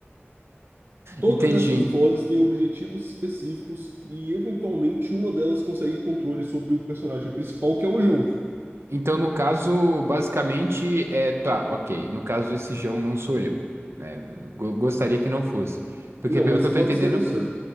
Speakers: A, on the right (about 55°); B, on the right (about 75°).
A: Todas
B: Entendi.
A: essas vozes têm objetivos específicos e, eventualmente, uma delas consegue controle sobre o personagem principal, que é o João.
B: Então, no caso, basicamente, é. Tá, ok. No caso, esse João não sou eu, né? Eu go- gostaria que não fosse. Porque,
A: Não,
B: pelo
A: mas
B: que
A: pode
B: eu tô entendendo.
A: ser você.